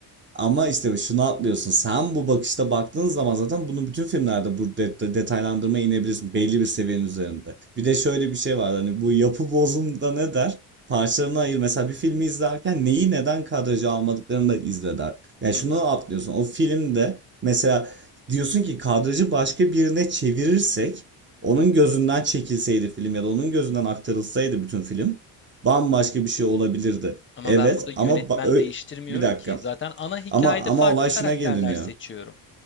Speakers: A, on the right (about 25°); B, on the left (about 25°).
A: Ama işte şunu atlıyorsun. Sen bu bakışta baktığın zaman zaten bunu bütün filmlerde bu de- detaylandırmaya inebilirsin belli bir seviyenin üzerinde. Bir de şöyle bir şey var hani bu yapı bozumda ne der? Parçalarına ayır. Mesela bir filmi izlerken neyi neden kadraja almadıklarını da izle der. Yani
B: Hı
A: şunu
B: hı.
A: atlıyorsun. O filmde mesela diyorsun ki kadrajı başka birine çevirirsek onun gözünden çekilseydi film ya da onun gözünden aktarılsaydı bütün film bambaşka bir şey olabilirdi.
B: Ama
A: Evet
B: ben burada yönetmen
A: ama ba- ö-
B: değiştirmiyorum
A: bir dakika.
B: ki. Zaten ana hikayede
A: Ama ama
B: farklı
A: olay
B: karakterler
A: şuna geri dönüyor.
B: seçiyorum.